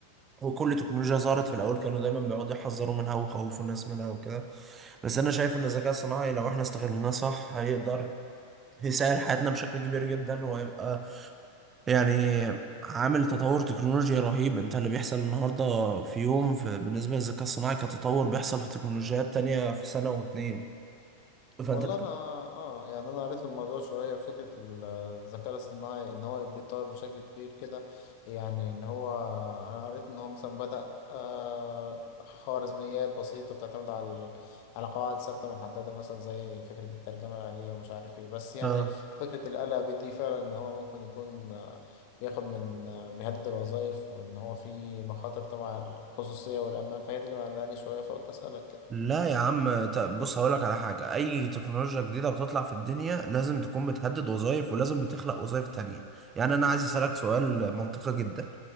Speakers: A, on the right; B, on the left.
A: وكل تكنولوجيا ظهرت في الاول كانوا دايما بيقعدوا يحذروا منها ويخوفوا الناس منها وكده بس انا شايف ان الذكاء الصناعي لو احنا استغلناه صح هيقدر يسهل حياتنا بشكل كبير جدا وهيبقى يعني عامل تطور تكنولوجي رهيب انت اللي بيحصل النهارده في يوم في بالنسبه للذكاء الصناعي كتطور بيحصل في تكنولوجيات تانية في سنه واتنين فانت
B: والله انا اه يعني انا قريت في الموضوع شويه فكره ال- الذكاء الصناعي ان هو بيتطور بشكل كبير كده يعني ان هو انا قريت ان هو مثلا بدأ آه خوارزميات بسيطه بتعتمد على على قواعد ثابته محدده مثلا زي فكره الترجمه الآلية ومش عارف ايه بس يعني
A: اه
B: فكره الآلة دي فعلا ان هو ممكن يكون آه، بياخد من آه، بيهدد الوظائف وان هو في مخاطر طبعا على الخصوصيه والامان فهي دي اللي مقلقاني شويه فقلت اسالك كده
A: لا يا عم ت- بص هقولك على حاجة أي تكنولوجيا جديدة بتطلع في الدنيا لازم تكون بتهدد وظائف ولازم بتخلق وظائف تانية يعني أنا عايز أسألك سؤال منطقي جدا